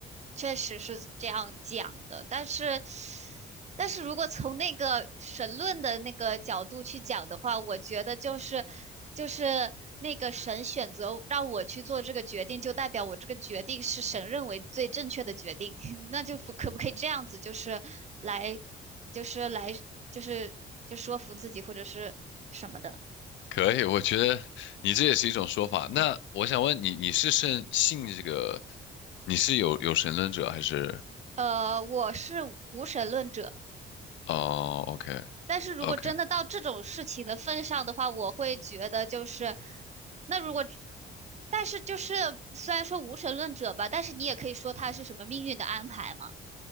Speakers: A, on the right; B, on the left.
A: 确实是这样讲的，但是，但是如果从那个神论的那个角度去讲的话，我觉得就是就是那个神选择让我去做这个决定，就代表我这个决定是神认为最正确的决定，<laughs> 那就可不可以这样子，就是来就是来就是就说服自己或者是什么的。
B: 可以，我觉得你这也是一种说法。那我想问你，你是信信这个，你是有有神论者还是？
A: 呃，我是无神论者。
B: 哦，OK
A: 但是如果真的到这种事情的份上的话，
B: OK，
A: 我会觉得就是，那如果，但是就是虽然说无神论者吧，但是你也可以说他是什么命运的安排嘛，